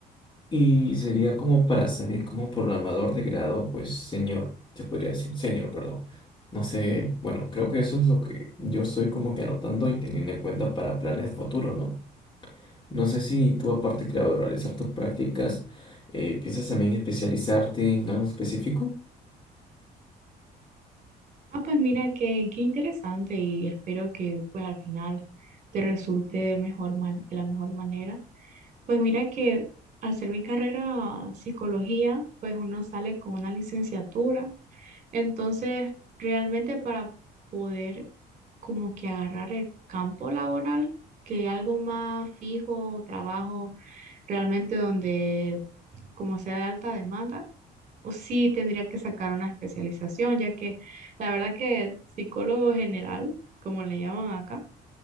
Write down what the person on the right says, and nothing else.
Ah, pues mira, qué, qué interesante y espero que pues al final te resulte mejor man- de la mejor manera. Pues mira que al ser mi carrera psicología, pues uno sale con una licenciatura. Entonces, realmente para poder como que agarrar el campo laboral, que algo más fijo, trabajo realmente donde como sea de alta demanda, o sí tendría que sacar una especialización, ya que la verdad que psicólogo general, como le llaman acá,